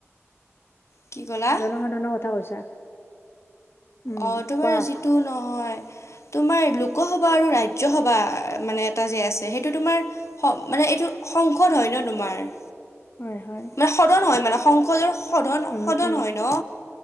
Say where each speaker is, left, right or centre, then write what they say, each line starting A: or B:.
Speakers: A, on the left; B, on the left.
A: কি ক'লা
B: জনসাধাৰণৰ কথা কৈছা? উম
A: অ', তোমাৰ
B: কোৱা।
A: যিটো, নহয় তোমাৰ লোকসভা আৰু ৰাজ্যসভা মানে এটা যে আছে, সেইটো তোমাৰ সম মানে এইটো সংসদ হয় ন তোমাৰ।
B: হয়, হয়।
A: মানে সদন হয় মানে, সংসদৰ সদন
B: উম
A: সদন
B: উম
A: হয় ন।